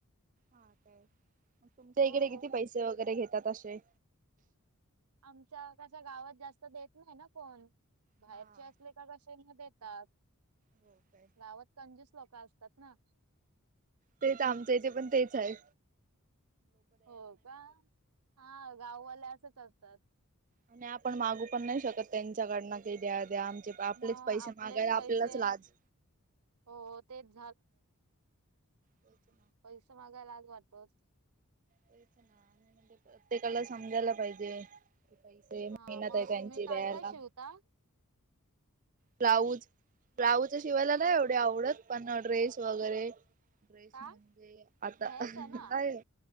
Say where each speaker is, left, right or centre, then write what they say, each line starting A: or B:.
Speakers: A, on the right; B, on the right.
A: हा काय? तुमच्या
B: हो
A: इकडे किती पैसे वगैरे घेतात आसे?
B: आमच्या कशा गावात जास्त देत नाही ना कोण? बाहेरचे
A: हा
B: असले का कसे म देतात.
A: हो काय.
B: गावात कंजूस लोक असतात ना.
A: तेच आमच्या इथे पण तेच हाय.
B: हो का? हा गाववाले असेच असतात.
A: आणि आपण मागू पण नाही शकत, त्यांच्याकडन हे द्या द्या आमचे, आपलेच
B: मग
A: पैसे
B: आपलेच
A: मागायला आपल्यालाच
B: पैसे
A: लाज.
B: हो तेच
A: काय ते?
B: पैसा मागायला लाज वाटतेच.
A: द्यायचं ना आणि म्हणजे प्रत्येकाला समजायला पाहिजे. की पैसे मेहनत
B: हा मग
A: आहे त्यांची
B: तुम्ही
A: द्यायला.
B: काय काय शिवता?
A: ब्लाऊज, ब्लाऊज अ शिवायला नाही एवढे आवडत पण, ड्रेस वगैरे ड्रेस
B: का
A: म्हणजे आता
B: घ्यायचा
A: <inaudible> नाही,
B: ना